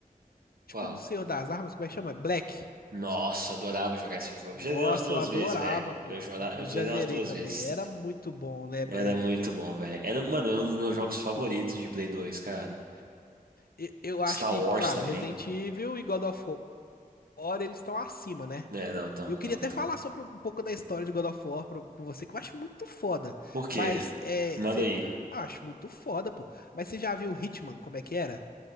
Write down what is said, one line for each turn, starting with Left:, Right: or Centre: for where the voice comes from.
Left: tipo
Right: Qual?
Left: do Senhor das Armas, como é que chama? Black.
Right: Nossa, eu adorava jogar esse jogo.
Left: Nossa,
Right: Já dei umas duas
Left: eu adorava,
Right: vezes, velho.
Left: pô.
Right: Eu jogava, eu
Left: Já
Right: zerei
Left: zerei
Right: umas duas
Left: também.
Right: vezes.
Left: Era muito bom, né, Black,
Right: Era muito
Left: velho?
Right: bom, velho. Era, mano, era um dos meus
Left: Muito
Right: jogos favoritos
Left: bom.
Right: de Play 2, cara.
Left: E- Eu acho
Right: Star
Left: que,
Right: Wars
Left: claro,
Right: também.
Left: Resident Evil e God of War, eles estão acima, né?
Right: É, não, então,
Left: Eu
Right: então,
Left: queria até
Right: então.
Left: falar sobre um pouco da história de God of War pra- com você, que eu acho muito foda.
Right: Por quê?
Left: Mas, é,
Right: Manda
Left: cê-
Right: aí.
Left: ah, acho muito foda, pô. Mas você já viu Hitman, como é que era?